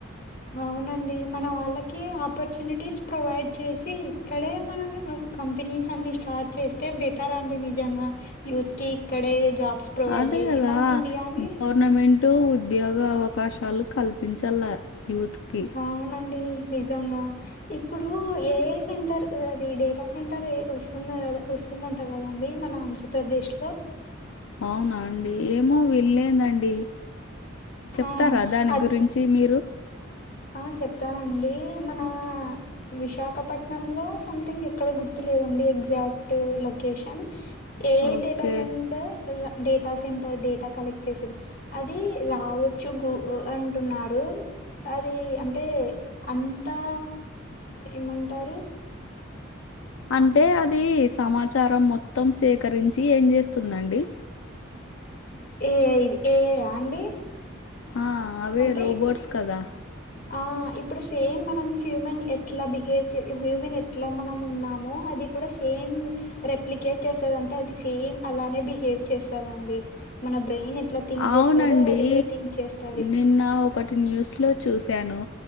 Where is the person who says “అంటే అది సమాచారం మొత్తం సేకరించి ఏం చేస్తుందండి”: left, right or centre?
Left